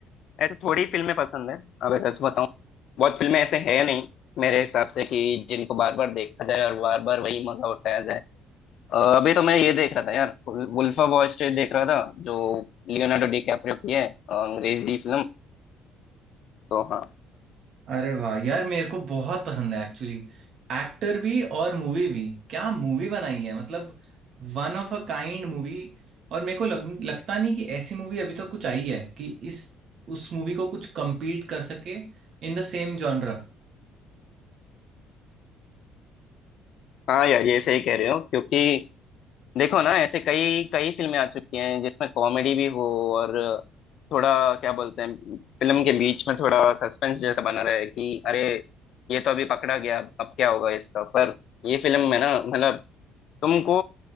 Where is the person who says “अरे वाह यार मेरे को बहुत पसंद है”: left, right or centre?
Right